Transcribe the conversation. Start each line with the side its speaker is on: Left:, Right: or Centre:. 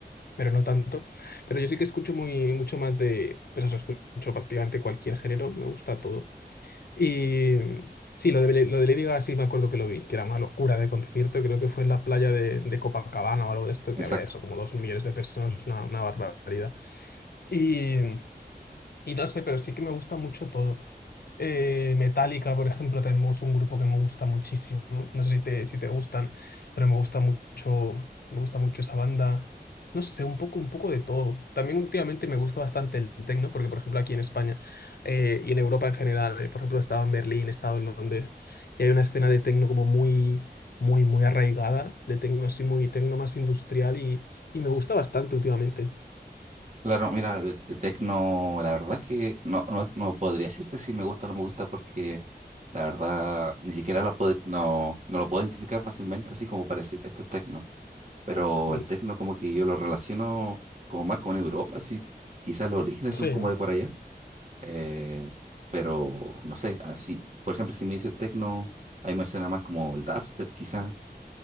Left: pero no tanto. Pero yo sí que escucho muy, mucho más de, pues eso, escucho prácticamente cualquier género, me gusta todo. Y mm, sí, lo de, Le- lo de Lady Gaga sí me acuerdo que lo vi, que era una locura de concierto, creo que fue en la playa de, de Copacabana o algo de esto,
Right: Exacto.
Left: que había eso, como dos millones de personas, una, una barbaridad. Y, y no sé, pero sí que me gusta mucho todo. Eh, Metallica, por ejemplo, también es un grupo que me gusta muchísimo. No sé si te, si te gustan, pero me gusta mucho, me gusta mucho esa banda. No sé, un poco, un poco de todo. También últimamente me gusta bastante el techno, porque por ejemplo aquí en España eh, y en Europa en general, eh, por ejemplo, he estado en Berlín, he estado en Londres, y hay una escena de techno como muy, muy, muy arraigada, de techno así muy techno más industrial y, y me gusta bastante últimamente.
Right: Claro, mira, el, el techno, la verdad que no, no, no podría decirte si me gusta o no me gusta porque la verdad ni siquiera la pod- no, no lo puedo identificar fácilmente así como para decir esto es techno. Pero
Left: Mm.
Right: el techno como que yo lo relaciono como más con Europa, así. Quizás los orígenes son
Left: Sí,
Right: como de por allá. eh, pero no sé, así. Por ejemplo, si me dices techno, ahí me suena más como el dubstep quizás.